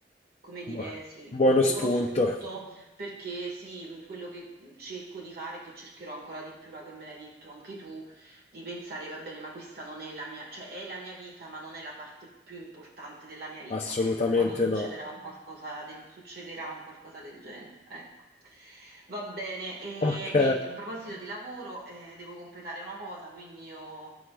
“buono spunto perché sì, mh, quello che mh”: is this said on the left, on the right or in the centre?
Right